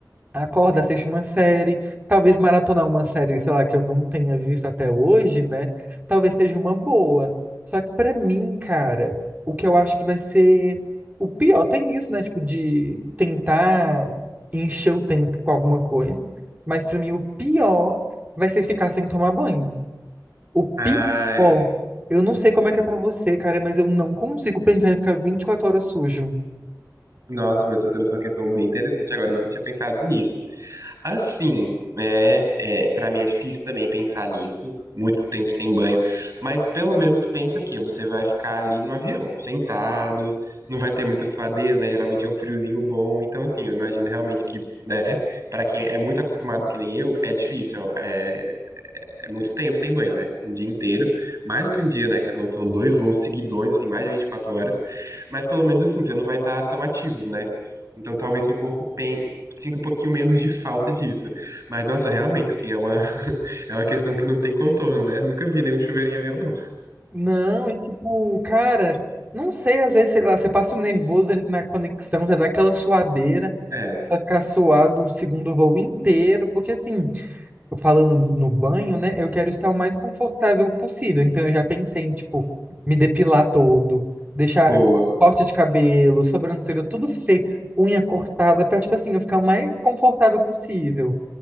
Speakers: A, on the right (about 25°); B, on the right (about 50°).
A: acorda, assiste uma série. Talvez maratonar uma série, sei lá, que eu não tenha visto até hoje, né? Talvez seja uma boa. Só que pra mim, cara, o que eu acho que vai ser o pior, tem isso, né? Tipo, de tentar encher o tempo com alguma coisa. Mas pra mim, o pior vai ser ficar sem tomar banho. O pior,
B: Ai.
A: eu não sei como
B: hum.
A: é que é pra você, cara, mas eu não consigo pensar em ficar vinte e quatro horas sujo.
B: Nossa, mas você trouxe uma questão bem interessante agora. Eu nunca tinha pensado nisso. Assim, né? É, para mim é difícil também pensar nisso, muito tempo sem banho, mas pelo menos pensa que você vai ficar ali no avião, sentado, não vai ter muita suadeira, né? Geralmente é um friozinho bom, então assim, eu imagino realmente que, né? Para quem é muito acostumado que nem eu, é difícil, é, é muito tempo sem banho, né? Um dia inteiro. Mais do que um dia, né? Que você falou que são dois voos seguidões, assim, mais de 24 horas. Mas pelo menos assim, você não vai estar tão ativo, né? Então talvez seu corpo pen- sinta um pouquinho menos de falta disso. Mas, nossa, realmente, assim, é uma, <laughs> é uma questão que não tem contorno, né? Nunca vi nenhum chuveiro em avião, não.
A: Não, é tipo, cara, não sei, às vezes, sei lá, você passa o nervoso ali na conexão, já dá aquela suadeira,
B: É,
A: vai ficar suado o segundo voo inteiro, porque assim, eu falando no banho, né, eu quero estar o mais confortável possível, então eu já pensei em, tipo, me depilar todo, deixar
B: boa.
A: corte de cabelo, sobrancelha, tudo feio, unha cortada, pra, tipo assim, eu ficar o mais confortável possível.